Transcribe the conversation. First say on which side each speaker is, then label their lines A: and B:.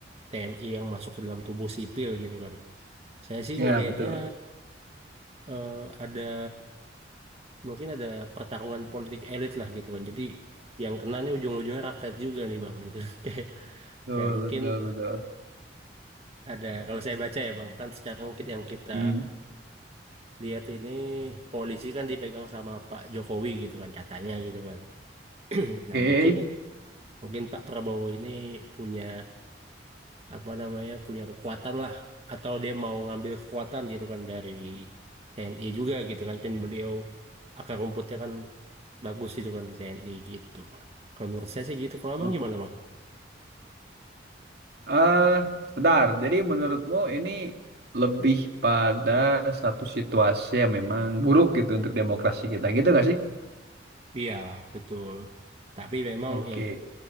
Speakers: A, on the right; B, on the right.
A: TNI yang masuk ke dalam tubuh sipil gitu kan. Saya sih
B: Ya,
A: ngelihatnya
B: betul.
A: eh, ada mungkin ada pertarungan politik elit lah gitu kan. Jadi yang kena nih ujung-ujungnya rakyat juga nih bang gitu. <laughs> Kayak
B: Betul,
A: kayak mungkin
B: betul, betul.
A: ada kalau saya baca ya bang kan sekarang kita yang kita
B: Hmm.
A: lihat ini polisi kan dipegang sama Pak Jokowi gitu kan katanya gitu kan. <clears throat> Hmm,
B: Oke.
A: Nah, mungkin mungkin Pak Prabowo ini punya apa namanya punya kekuatan lah atau dia mau ngambil kekuatan gitu kan dari TNI juga gitu kan kan beliau akar rumputnya kan bagus gitu kan di TNI gitu. Kalau menurut saya sih gitu. Kalau Abang
B: Oh,
A: gimana Bang?
B: eh, sebentar. Jadi menurutmu ini lebih pada satu situasi yang memang buruk gitu untuk demokrasi kita. Gitu gak sih?
A: Iya, betul. Tapi memang
B: Oke.
A: ya